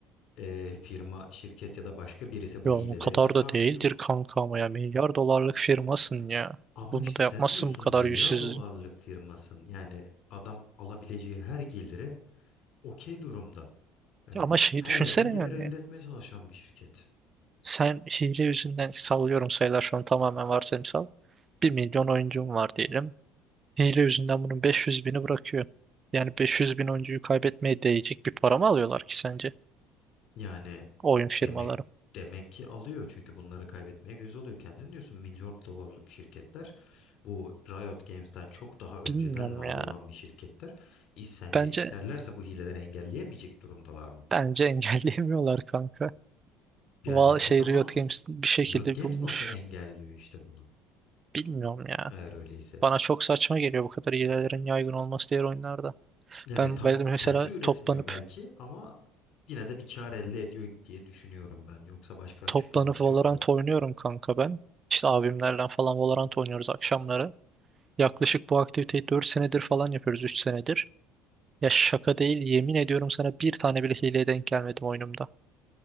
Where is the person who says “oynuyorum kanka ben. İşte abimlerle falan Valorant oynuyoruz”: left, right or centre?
Right